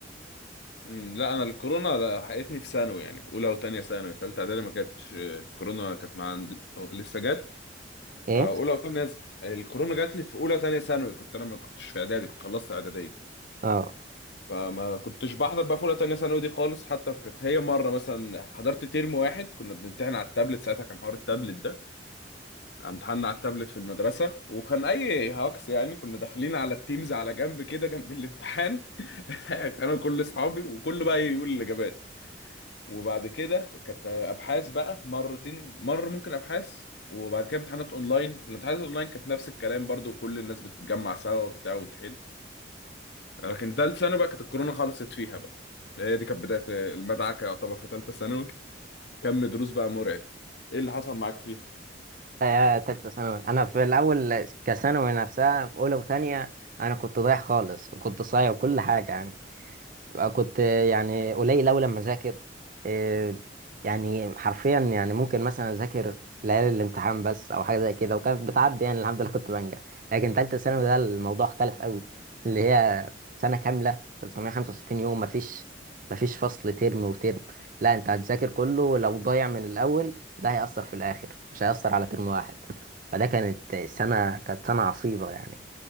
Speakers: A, on the left; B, on the right.
A: مم، لا انا الكورونا لحقتني في ثانوي يعني في اولى وثانيه ثانوي ثالثه اعدادي ما جاتش الكورونا كانت مع عندي أو لسه جت
B: ايه
A: فاولى وثانيه الكورونا جات لي في اولى وثانيه ثانوي كنت انا ما كنتش في اعدادي كنت خلصت اعداديه
B: اه
A: فما كنتش بحضر بقى في اولى وثانيه ثانوي دي خالص حتى كانت هي مره مثلا حضرت ترم واحد كنا بنمتحن على التابلت ساعتها كان حوار التابلت ده يعني امتحنا على التابلت في المدرسه وكان اي هاكس يعني كنا داخلين على التيمز على جنب كده جنب الامتحان <laughs> انا وكل اصحابي وكله بقى يقول الاجابات وبعد كده كانت ابحاث بقى مرتين مره ممكن ابحاث وبعد كده امتحانات اونلاين الامتحانات اونلاين كانت نفس الكلام برضو كل الناس بتتجمع سوا وبتاع وتحل لكن تالت ثانوي بقى كانت الكورونا خلصت فيها بقى هي دي كانت بدايه المدعكه يعتبر في تالته ثانوي كم دروس بقى مرعب ايه اللي حصل معاك فيها
B: آه، تالتة ثانوي انا في الاول كثانوي نفسها في اولى وثانيه انا كنت ضايع خالص وكنت صايع وكل حاجه يعني كنت يعني قليل أوي لما أذاكر إيه، يعني حرفيا يعني ممكن مثلا أذاكر ليالي الامتحان بس أو حاجة زي كده وكانت بتعدي يعني الحمد لله كنت بنجح لكن تالتة ثانوي ده الموضوع اختلف أوي اللي هي سنة كاملة 365 يوم مفيش مفيش فصل ترم وترم لا أنت هتذاكر كله لو ضايع من الأول ده هيأثر في الآخر مش هيأثر على ترم واحد فده كانت سنة كانت سنة عصيبة يعني